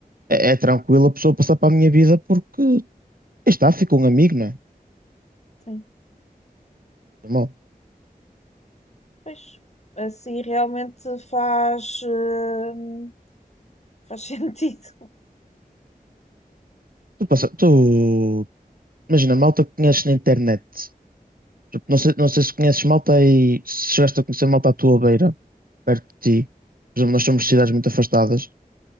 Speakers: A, on the right (about 65°); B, on the left (about 45°).
A: é, é tranquilo a pessoa passar para a minha vida porque aí está, fica um amigo, não é?
B: sim,
A: É mau.
B: pois, assim realmente faz, eh, faz <laughs> sentido.
A: Tu, passa, tu imagina, malta que conheces na internet. Tipo, Não sei, não sei se conheces malta aí, se chegaste a conhecer malta à tua beira, perto de ti. Por exemplo, nós somos de cidades muito afastadas.